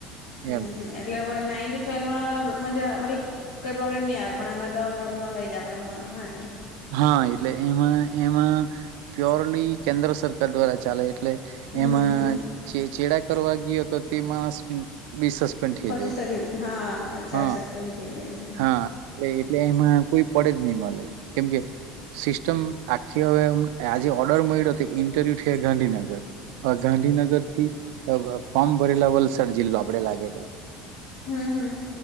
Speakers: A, on the left; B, on the right.
A: હમ
B: એમ
A: હમ એટલે નાઈન ટ્વેલ્માં મજા મતલબ કઈ પ્રોબ્લેમ નઈ આવે. મણામાં તો પ્રોબ્લેમ આવે જ આપડે હા ને.
B: હા એટલે એમાં એમાં પ્યોરલી કેન્દ્ર સરકાર દ્વારા ચાલે એટલે
A: હમ
B: એમાં ચે ચેડા કરવા ગયો તો તે માણસ બી સસ્પેન્ડ થઈ
A: ફસીી
B: જાય
A: શકીી હા ચાર્જશીટ
B: હા
A: ફ શકી ર
B: હા એ એટલે એમાં કોઈ પડે જ નહી મળે કેમકે સિસ્ટમ આખી હવે આજે ઓર્ડર મળ્યો તે ઇન્ટરવ્યુ છે ગાંધીનગર. ગાંધીનગર થી ફોર્મ ભરેલા વલસાડ જિલ્લો આપડે લાગેલો.
A: હમ હમ